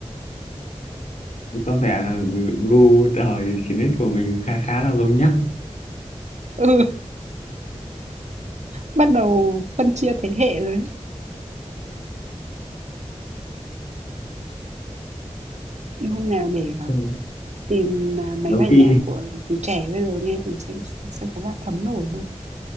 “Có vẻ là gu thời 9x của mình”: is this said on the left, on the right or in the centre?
Left